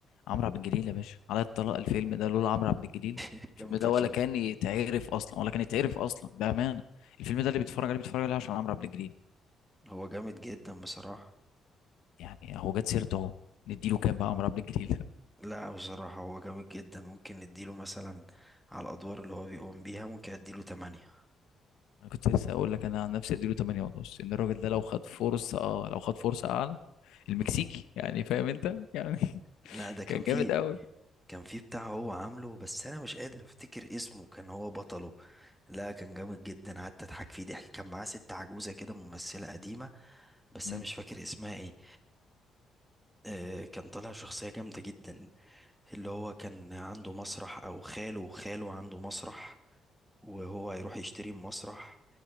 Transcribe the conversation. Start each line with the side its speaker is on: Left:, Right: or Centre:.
Left: عمرو عبد الجليل يا باشا على الطلاق الفيلم ده لولا عمرو عبد الجليل
Centre: <laughs> كان
Left: الفيلم
Centre: فشل
Left: ده ولا كان يتعرف اصلا ولا كان يتعرف اصلا بأمانة الفيلم ده اللي بيتفرج عليه بيتفرج عليه عشان عمرو عبد الجليل
Centre: هو جامد جدا بصراحة
Left: يعني هو جت سيرته اهو نديله كام بقى عمرو عبد الجليل ده
Centre: لا بصراحة هو جامد جدا ممكن نديله مثلا على الأدوار اللي هو بيقوم بيها ممكن أديله تمانية
Left: <laughs> انا كنت لسه هقول لك انا عن نفسي اديله 8 ونص ان الراجل ده لو خد فرصه اه لو خد فرصه اعلى المكسيكي
Centre: مم.
Left: يعني فاهم انت يعني
Centre: لا
Left: <laughs>
Centre: ده كان
Left: كان جامد
Centre: فيه
Left: قوي
Centre: كان فيه بتاع هو عامله بس أنا مش قادر أفتكر اسمه كان هو بطله لا كان جامد جدا قعدت أضحك فيه ضحك كان معاه ست عجوزة كده ممثلة قديمة بس
Left: مم.
Centre: أنا مش فاكر اسمها ايه آه، كان طالع شخصية جامدة جدا اللي هو كان عنده مسرح أو خاله خاله عنده مسرح وهو هيروح يشتري مسرح